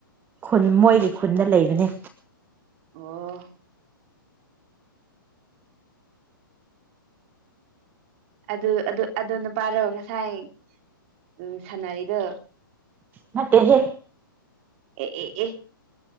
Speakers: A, on the right; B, on the right.
A: ꯈꯨꯟ ꯃꯣꯏꯒꯤ ꯈꯨꯟꯗ ꯂꯩꯕꯅꯦ
B: ꯑꯣ ꯑꯗꯨ ꯑꯗꯨ ꯅꯨꯄꯥꯗꯣ ꯉꯁꯥꯏ ꯎꯝ ꯁꯥꯟꯅꯔꯤꯗꯣ
A: ꯅꯠꯇꯦ ꯍꯦ
B: ꯑꯦ ꯑꯦ ꯑꯦ